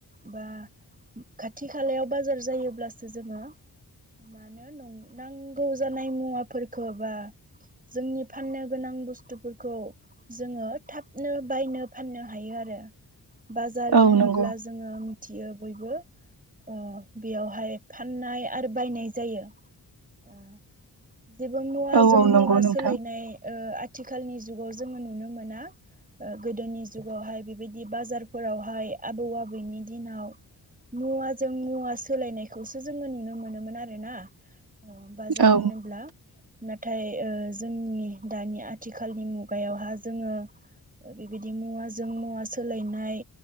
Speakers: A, on the right (about 20°); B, on the right (about 65°).
A: बा खाथि खालायाव बाजार जायोब्लासो जोङो मानो नं नांगौ जानाय मुवाफोरफोरखौ बा जोंनि फाननो गोनां बुस्थुफोरखौ जोङो थाबनो बायनो फाननो हायो आरो बाजार
B: औ
A: होनो
B: नंगौ
A: जोङो मिथियो बयबो अ बेयावहाय फाननाय आरो बायनाय जायो ओ जेबो मुवाजों
B: औ औ
A: मुवा
B: नंगौ नोंथां
A: सोलायनाय आथिखालनि जुगाव जोङो नुनो मोना ओ गोदोनि जुगावहाय बेबायदि बाजारफोरावहाय आबौ आबैनि दिनाव मुवाजों मुवा सोलायनायखौसो जोङो नुनो मोनोमोन आरोना ओ बाजार
B: औ
A: होनोब्ला नाथाय ओ जोंनि दानि आथिखालनि मुगायावहा जोङो बेबायदि मुवाजों मुवा सोलायनाय